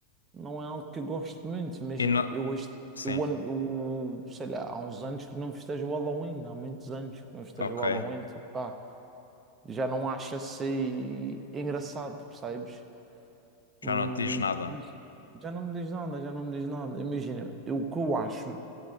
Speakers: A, on the right (about 20°); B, on the left (about 75°).
A: não é algo que eu gosto muito. Imagina,
B: E não.
A: eu este,
B: Sim,
A: eu, ando- eu, sei lá, há uns anos que não festejo o Halloween, há muitos anos que não festejo
B: ok.
A: o Halloween, tipo, pá, já não acho assim engraçado, percebes? Hum,
B: Já não te diz nada.
A: por isso, já não me diz nada, já não me diz nada. Imagina, eu- o que eu acho